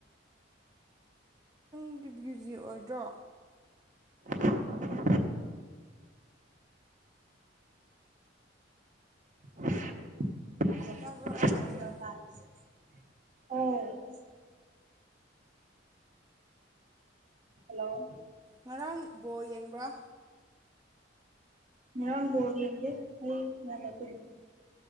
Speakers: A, on the right; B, on the right.
A: ꯅꯪꯗꯤ ꯕ꯭ꯌꯨꯖꯤ ꯑꯣꯏꯗ꯭ꯔꯣ
B: <unintelligible> <unintelligible>
A: ꯇꯥꯕ꯭ꯔꯣ ꯑꯩ ꯍꯥꯏꯁꯦ
B: ꯑꯣ ꯍꯜꯂꯣ
A: ꯉꯔꯥꯡ ꯕꯣꯜ ꯌꯦꯡꯕ꯭ꯔꯥ
B: ꯉꯔꯥꯡ ꯕꯣꯜ ꯌꯦꯡꯗꯦ ꯑꯩ ꯉꯟꯅ ꯇꯨꯝꯃꯦ